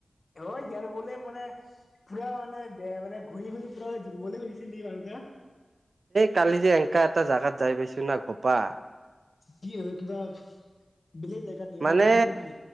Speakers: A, on the left (about 55°); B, on the right (about 75°).
A: হয় জাৰ ব'লে মানে পুৰা মানে বেয়া মানে ঘূৰি ঘূৰি পুৰা জৰিবলৈ খুজিছিল নেকি বাৰু এটা।
B: কালি যে এনেকা এটা জাগাত যাই পাইছো না ঘোপা
A: কি হয় কিবা। বেলেগ জেগাত নেকি
B: মানে
A: বাহিৰত নেকি